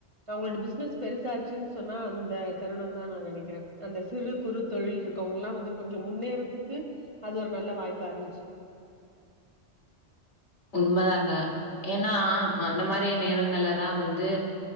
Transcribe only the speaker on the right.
அவங்களோட பிசினஸ் பெருசாச்சுன்னு சொன்னா அந்த தருணோ தா நா நேனைக்கிறே அந்த சிறு குறு தொழில் இருக் இருக்கவங்கல்லா வந்து கொஞ்சு முன்னேறத்துக்கு அது ஒரு நல்ல வாய்ப்பா இருந்துச்சு <inaudible>